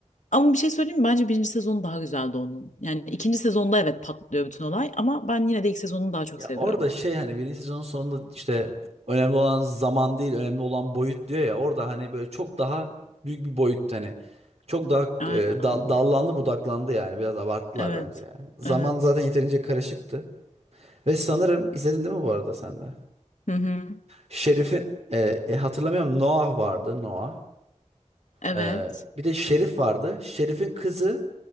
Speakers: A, on the left; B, on the right.
A: Ama bir şey söyleyeyim mi? Bence birinci sezonu daha güzeldi onun. Yani ikinci sezonda evet patlıyor bütün olay ama ben yine de ilk sezonunu daha çok
B: Ya
A: seviyorum.
B: orada şey hani birinci sezonun sonunda işte önemli olan zaman değil önemli olan boyut diyor ya. Orada hani böyle çok daha büyük bir boyut hani. Çok daha
A: Aynen.
B: e, da- dallandı budaklandı yani. Biraz abarttılar
A: Evet.
B: bence ya. Zaman
A: Evet.
B: zaten yeterince karışıktı. Ve sanırım izledin değil mi bu arada sen de?
A: Hı hı.
B: Şerif'in e, e, hatırlamıyorum Noah vardı Noah.
A: Evet.
B: E, bir de Şerif vardı. Şerif'in kızı